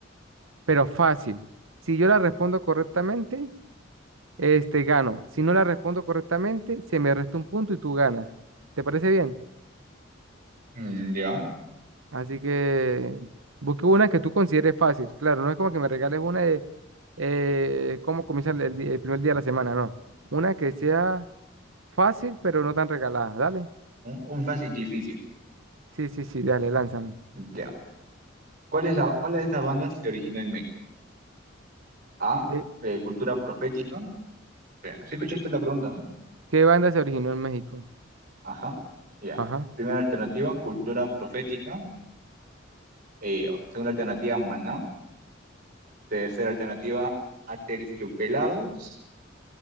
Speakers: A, on the right; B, on the right.
A: pero fácil. Si yo la respondo correctamente, este gano. Si no la respondo correctamente, se me resta un punto y tú ganas. ¿Te parece bien?
B: mm, ya,
A: Así que busque una que tú consideres fácil. Claro, no es como que me regales una de eh, cómo comienza el, el di- el primer día de la semana, no. Una que sea fácil, pero no tan regalada. Dale.
B: un, un fácil difícil,
A: Sí, sí, sí, dale, lánzame.
B: ya. ¿Cuál es la, cuál de estas bandas se originó en México? A,
A: ¿Qué,
B: eh, cultura profética. Espera, ¿Sí escuchaste la pregunta, no?
A: qué banda se originó en México?
B: Ajá, ya.
A: Ajá.
B: Primera alternativa, cultura profética. Eh, segunda alternativa, Maná. Tercera alternativa, Aterciopelados.